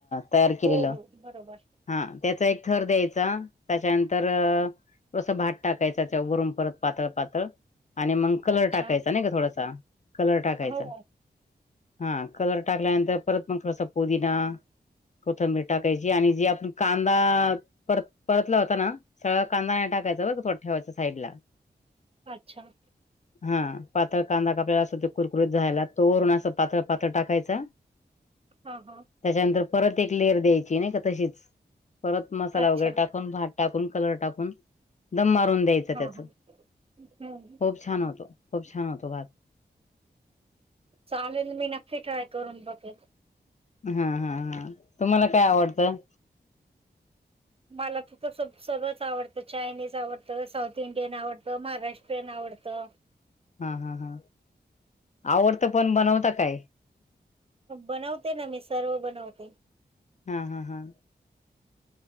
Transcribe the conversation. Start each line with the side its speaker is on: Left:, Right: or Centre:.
Left: तयार केलेलं
Right: हो, हो. बरोबर.
Left: हा त्याचा एक थर द्यायचा त्याच्यानंतर कसं भात टाकायचा त्यावररून परत पातळ पातळ आणि मग कलर
Right: अच्छा.
Left: टाकायचा नाही का थोडासा कलर टाकायचा
Right: हो.
Left: हा कलर टाकल्यानंतर परत मग थोडासा पोदी ना कोथंबीर टाकायची आणि जी आपण कांदा परत परतला होता ना सगळं कांदा नाही टाकायचां बघ तो ठेवायच साईडला
Right: अच्छा
Left: हा पातळ कांदा आपला अस ते कुरकुरीत जायला तोवरण अस पातळ प टाकायचा
Right: हा हा
Left: त्याच्यानंतर परत एक लेअर द्यायची नाही का तशीच परत मसाला
Right: अच्छा.
Left: वगैरे टाकून भट टाकून कलर टाकून दम मारून द्यायच त्याच
Right: हां, हां. हं.
Left: होच छान होतो खूप छान होतो भात
Right: चालेल मी नक्की ट्राय करून बघेल
Left: हा हा हा तुम्हाला काय आवडतं
Right: मला तु तर सगळंच आवडतं चायनीज आवडतं साऊथ इंडियन आवडतं महाराष्ट्रीयन आवडतं
Left: हा हा हा आवडतं पण बनवता काय
Right: बनवते ना मी सर्व बनवते
Left: हा हा हा